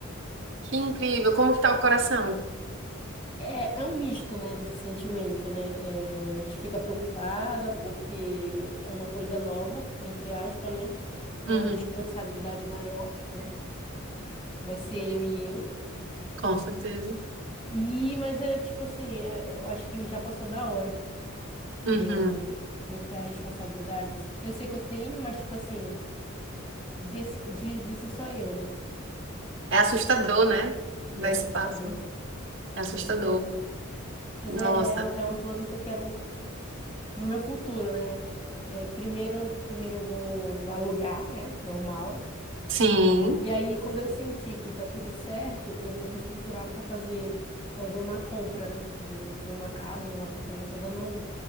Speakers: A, on the right; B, on the left.
A: Que incrível! Como que tá o coração?
B: É, é um misto, né, desse sentimento, né? É, a gente fica preocupada porque é uma coisa nova, entre aspas, né? É
A: Uhum.
B: uma responsabilidade maior, né? Vai ser eu e eu.
A: Com certeza.
B: E, mas é tipo assim, é- eu acho que já passou da hora
A: Uhum.
B: de eu, de eu criar responsabilidades. Eu sei que eu tenho, mas tipo assim, desse- de, de ser só eu, né?
A: É assustador, né? Da
B: É
A: espaço.
B: assustador,
A: É assustador.
B: é assustador. Mas
A: Nossa,
B: é, é, um- é um plano que eu quero pro meu futuro, né? É, primeiro, primeiro eu vou alugar, né? Normal.
A: sim.
B: E aí, quando eu sentir que tá tudo certo, eu vou me estruturar para fazer fazer uma compra, né? De, um, de uma casa, um apartamento. Eu ainda não,